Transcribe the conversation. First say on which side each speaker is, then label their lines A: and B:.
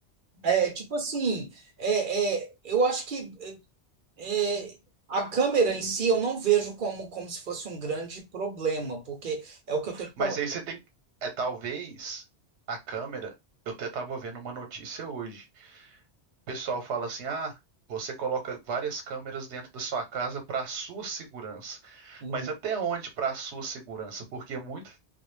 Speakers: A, on the right; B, on the right.
A: é, tipo assim, é, é, eu acho que é, a câmera em si eu não vejo como, como se fosse um grande problema, porque é o que eu tô te
B: Mas
A: falando.
B: aí você tem. É talvez a câmera. Eu até estava vendo uma notícia hoje. pessoal fala assim: ah, você coloca várias câmeras dentro da sua casa para a sua segurança.
A: Uhum.
B: Mas até onde para a sua segurança? Porque muitas